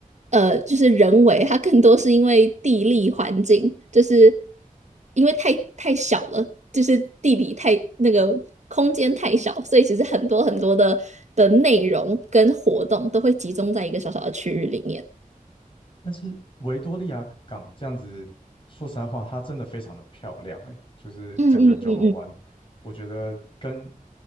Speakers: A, on the right (about 55°); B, on the left (about 40°).
A: 呃，就是人为，它更多是因为地理环境，就是因为太太小了，就是地理太那个空间太小，所以其实很多很多的的内容跟活动都会集中在一个小小的区域里面。
B: 但是维多利亚港这样子，说实在话，它真的非常的漂亮诶，就是整个九龙湾，
A: 嗯嗯嗯嗯，
B: 我觉得跟